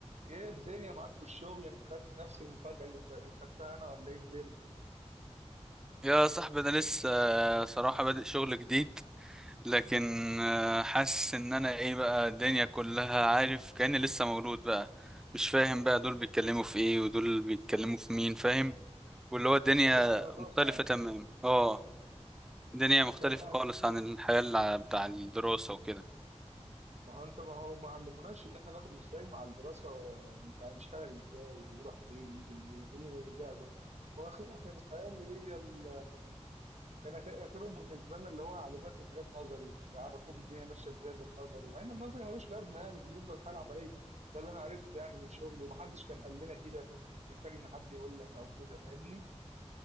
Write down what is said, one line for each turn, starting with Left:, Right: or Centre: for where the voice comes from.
Right: ايه الدنيا معاك في الشغل يعني انت خدت نفس المفاجأة اللي خ- خدتها انا ولا ايه الدنيا
Centre: يا صاحبي انا لسه آه، صراحة بادئ شغل جديد لكن آه، حاسس ان انا ايه بقى الدنيا كلها عارف كأني لسه مولود بقى مش فاهم بقى دول بيتكلموا في ايه ودول بيتكلموا في مين فاهم واللي هو الدنيا
Right: بدأ على نظافة
Centre: مختلفة
Right: يعني
Centre: تمام اه الدنيا
Right: لكن
Centre: مختلفة
Right: لا
Centre: خالص عن الحياة الع- بتاع الدراسة وكده
Right: ما هو انت ما هو ما علموناش ان احنا ناخد ازاي مع الدراسة انت هنشتغل ازاي ونروح فين نيجي منين ايه اللي نلجأ له واخيرا كان الحياة اللي هي ال... كان اخرهم بالنسبة لنا اللي هو يعلموك الحاجات نظري يعرفوك الدنيا ماشية ازاي بالنظري مع ان النظري ملوش لازمة يعني بالنسبة للحياة العملية ده اللي انا عرفته يعني من شغلي ومحدش كان قال لنا كده فانت كنت محتاج ان حد يقول لك او كده فاهمني